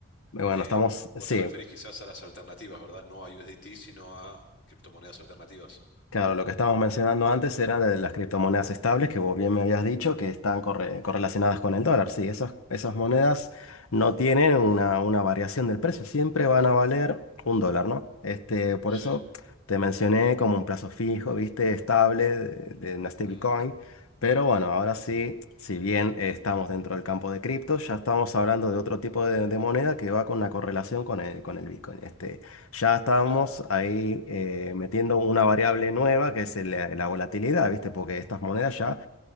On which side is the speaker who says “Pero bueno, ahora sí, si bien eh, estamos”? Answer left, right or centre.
Left